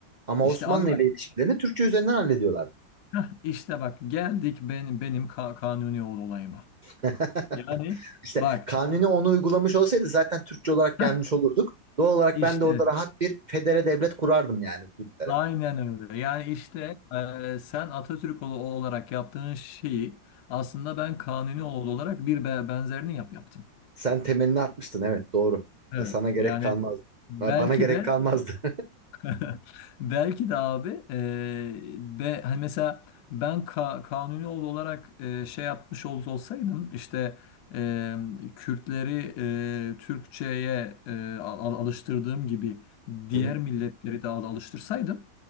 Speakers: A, on the right; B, on the left.
A: Ama
B: İşte
A: Osmanlı
B: abi bak
A: ile ilişkilerini Türkçe üzerinden hallediyorlardı.
B: Heh, işte bak geldik benim benim ka- kanuni ol olayıma.
A: <laughs>
B: Yani
A: İşte
B: bak
A: Kanuni onu uygulamış olsaydı zaten Türkçe olarak gelmiş
B: heh,
A: olurduk. Doğal olarak
B: işte
A: ben de orada rahat bir federe devlet kurardım yani Kürtlere.
B: aynen öyle. Yani işte e, sen Atatürk ol- olarak yaptığın şeyi aslında ben kanuni ol olarak bir be- benzerini yap yaptım.
A: Sen temelini atmıştın evet doğru.
B: Evet.
A: Sana gerek
B: Yani
A: kalmazdı.
B: belki
A: Bana gerek
B: de
A: kalmazdı.
B: <laughs> Belki de abi eee be, hani mesela ben ka kanuni oğlu olarak eee, şey yapmış ol- olsaydım işte eee, Kürtleri eee, Türkçe'ye eee, al- al- alıştırdığım gibi diğer
A: <laughs> Hı hı,
B: milletleri de al- alıştırsaydım